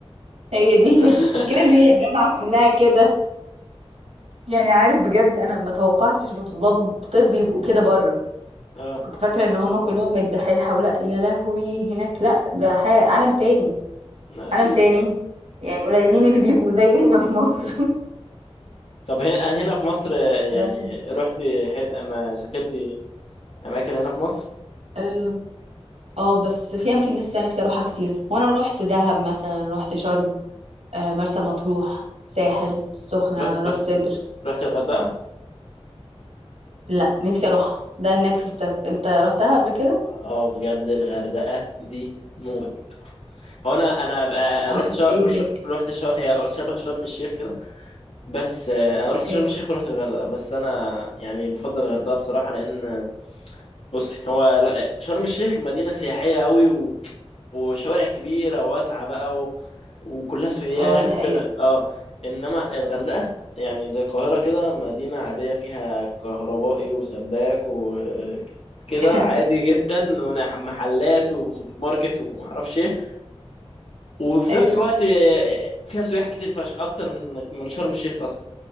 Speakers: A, on the right; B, on the left.
A: هي دي
B: <laughs>
A: المشكلة ان هي الجامعة كلها كده يعني عارف بجد انا ما توقعتش ان طلاب طب يبقوا كده بره
B: اه
A: كنت فاكره ان هم كلهم الدحيحه ولا يا لهوي هناك لا ده حاجه عالم تاني
B: لا، اكيد
A: عالم تاني يعني قليلين اللي بيبقوا زي هنا في مصر <laughs>
B: <laughs> طب هنا هنا في مصر يعني
A: بس
B: رحتي حت... ما سافرتي اماكن هنا في مصر؟
A: آم، اه بس في اماكن لسه نفسي اروحها كتير وانا روحت دهب مثلا روحت شرم آه، مرسى مطروح ساحل السخنه
B: ر-
A: راس
B: رحت
A: سدر
B: رحت الغردقة؟
A: لا نفسي اروح ده النكست ستيب انت روحتها قبل كده
B: اه بجد الغردقة دي موت هو انا انا بقى- أنا
A: عملت
B: رحت شا...
A: ايه
B: رش-
A: هناك
B: رحت شا... هي شبه شرم الشيخ كده بس آه، انا رحت
A: اوكي
B: شرم الشيخ ورحت الغردقه بس انا يعني بفضل الغردقه بصراحه لان آه، بصي هو الغ- شرم الشيخ مدينه سياحيه قوي و... وشوارع كبيره واسعه بقى و... وكلها سياح
A: اه دي
B: وكده
A: حقيقه
B: اه انما الغردقه يعني زي القاهره كده مدينه عاديه فيها كهربائي وسباك وكده
A: <laughs>
B: عادي جدا ومحلات وسوبر ماركت ومعرفش ايه وفي
A: ايوه
B: نفس الوقت آه، فيها سياح كتير فشخ اكتر من من شرم الشيخ اصلا